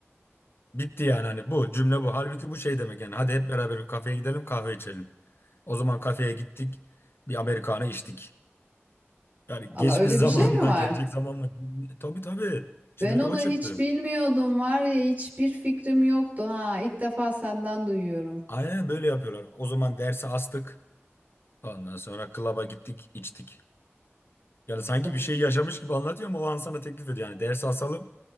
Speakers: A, on the left (about 55°); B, on the right (about 35°).
A: bitti yani hani bu cümle bu. Halbuki bu şey demek yani hadi hep beraber bir kafeye gidelim kahve içelim. O zaman kafeye gittik. Bir Amerikanı içtik. Yani
B: Allah
A: geçmiş
B: öyle
A: zaman
B: bir şey mi
A: mı,
B: var?
A: gelecek zaman mı? Tabii tabii. Şimdi
B: Ben onu
A: bir de o çıktı.
B: hiç bilmiyordum var ya hiçbir fikrim yoktu ha ilk defa senden duyuyorum.
A: Aynen böyle yapıyorlar. O zaman dersi astık. Ondan sonra klaba gittik, içtik. Yani sanki
B: Tuh.
A: bir şey yaşamış gibi anlatıyor ama o an sana teklif ediyor. Yani dersi asalım,